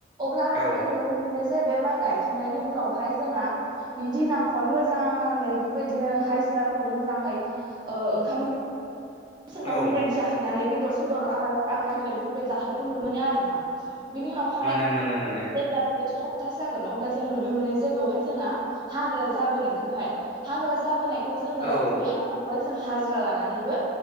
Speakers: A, on the right; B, on the left.
A: अब्लाहाय
B: औ
A: जों नुनो मोनो जे बे माइ गायखांनायनि उनावहाय जोंङहा बिदि न खन मोजाङै बेफोरबायदिनो हाजिराफोरखौ मोजाङै ओंखाम सोंखां
B: औ
A: बेफोरबायदि जाहोनानै बेदरसे दर आग्लाय थेगायफोरबायदि जाहोनायखौ नु मोनो आरो नोंथां बिनि उनावहाय
B: मोनो मोनो मोनो
A: जेब्ला बियो स ास जागोन अब्ला जों नुनो मोनो जे बेवहाय जोंहा हाग्रा जाबोनायखौहाय हाग्रा जाबोनाय बे खौ जोङो
B: औ
A: बे हाब्राखौहाय जों हाजिरा लानानैबो